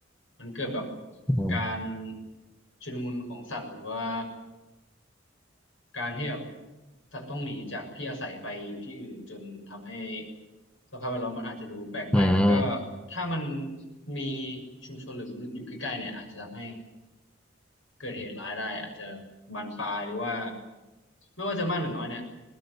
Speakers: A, on the left; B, in the centre.
A: มันเกิดแบบ
B: อืม
A: การชุลมุนของสัตว์หรือว่าการที่แบบสัตว์ต้องหนีจากที่อาศัยไปอยู่ที่อื่นจนทำให้สภาพแวดล้อมมันอาจจะดูแปลกไปแล้วก็
B: อืม
A: ถ้ามันมีชุมชนหรือมนุษย์อยู่ใกล้ๆเนี่ยอาจจะทำให้ เกิดเหตุร้ายได้อาจจะบานปลายหรือว่าไม่ว่าจะมากหรือน้อยเนี่ย